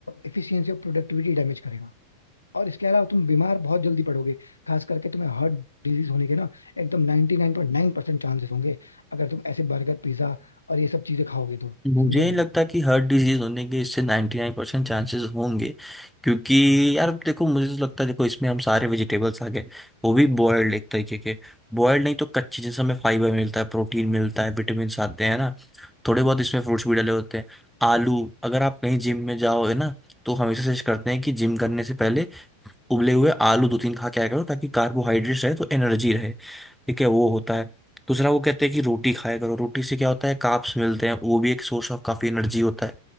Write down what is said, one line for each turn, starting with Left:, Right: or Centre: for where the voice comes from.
Left: एफिशिएंसी और प्रोडक्टिविटी डैमेज करेगा और इसके अलावा तुम बीमार बहुत जल्दी पड़ोगे खास करके तुम्हें हार्ट डिजीज होने के ना एकदम 99.9% चांसेस होंगे अगर तुम ऐसे बर्गर पिज्जा और ये सब चीजें खाओगे तो
Centre: मुझे
Left: समझे
Centre: नहीं
Left: भाई
Centre: लगता कि हर डिजीज होने के इससे 99% चांसेस होंगे क्योंकि यार देखो मुझे तो लगता है देखो इसमें हम सारे वेजिटेबल्स आ गए वो भी बॉयल्ड एक तरीके के बॉयल्ड नहीं तो कच्चे जैसे हमें फाइबर मिलता है प्रोटीन मिलता है विटामिन आते हैं ना थोड़े बहुत इसमें फ्रूट्स भी डले होते हैं आलू अगर आप कहीं जिम में जाओ है ना तो हमेशा सजेस्ट करते हैं कि जिम करने से पहले उबले हुए आलू दो तीन खा के आया करो ताकि कार्बोहाइड्रेट्स रहे तो एनर्जी रहे ठीक है वो होता है दूसरा वो कहते हैं कि रोटी खाया करो रोटी से क्या होता है कार्ब्स मिलते हैं वो भी एक सोर्स ऑफ काफी एनर्जी होता है